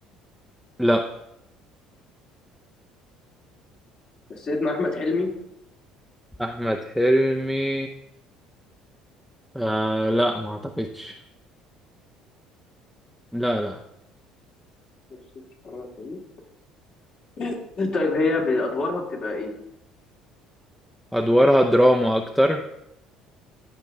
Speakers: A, in the centre; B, on the left.
A: لا
B: مثلت مع أحمد حلمي
A: احمد حلمي آه لا ما اعتقدش لا لا
B: مثلت مع أحمد حلمي <laughs> طيب هي بأدوارها بتبقى إيه؟
A: ادوارها دراما اكتر